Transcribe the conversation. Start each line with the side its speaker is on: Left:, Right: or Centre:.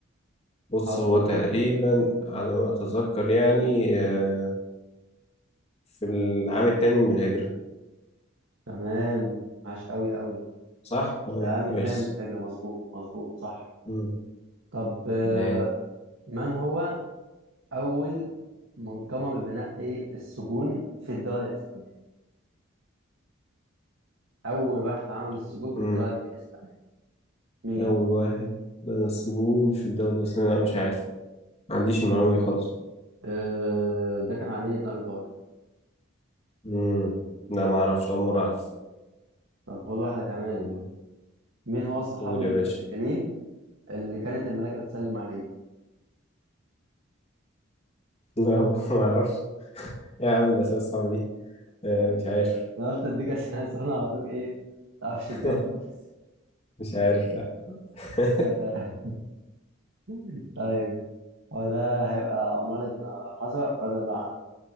Left: بص
Right: هقعد افكر
Left: هو تقريبا
Right: فيه
Left: على ما أتذكر يعني آه في العام التاني من الهجرة
Right: تمام عاش قوي قوي
Left: صح؟ طيب
Right: العام التاني
Left: كويس
Right: من الهجره مظبوط مظبوط صح
Left: مم.
Right: طب آه،
Left: ايه
Right: من هو اول منظمه ببناء إيه؟ السجون في الدوله الاسلاميه اول واحد عمل السجون في
Left: مم.
Right: الدوله الاسلاميه مين
Left: أول واحد بدأ السجون في الدولة الإسلامية لا مش عارف ما عنديش المعلومة دي خالص
Right: أه ده كان علي بن ابي طالب
Left: مم. لا ما أعرفش أول مرة أعرف
Right: طب خد واحده كمان
Left: مم.
Right: مين هو الصحابي
Left: قول
Right: الجليل
Left: يا باشا
Right: اللي كانت الملائكه بتسلم عليه
Left: لا برضه ما أعرفش <laughs> يا عم الأسئلة الصعبة دي آه مش عارف
Right: انا قلت اديك اسئله سخنه على طول ايه ما تعرفش
Left: <laughs>
Right: الجو خالص
Left: مش عارف لا <laughs>
Right: آه، <laughs> طيب هو ده هيبقى عمران بن حسن رضي الله عنه